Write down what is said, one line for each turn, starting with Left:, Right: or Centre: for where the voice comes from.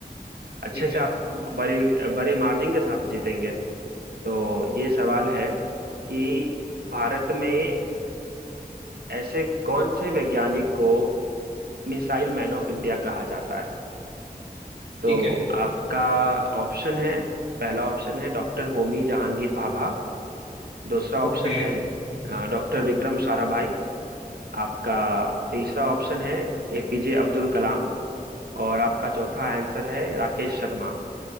Right: अच्छे
Left: ठीक
Right: से
Left: है
Right: आप बड़ी बड़े मार्जिन के साथ जीतेंगे तो ये सवाल है कि भारत में ऐसे कौन से वैज्ञानिक को मिसाइल मैन ऑफ इंडिया कहा जाता है तो
Left: ठीक है
Right: आपका ऑप्शन है पहला ऑप्शन है डॉक्टर होमी जहांगीर भाभा दूसरा
Left: ओके
Right: ऑप्शन है डॉक्टर विक्रम साराभाई आपका तीसरा ऑप्शन है एपीजे अब्दुल कलाम और आपका चौथा आंसर है राकेश शर्मा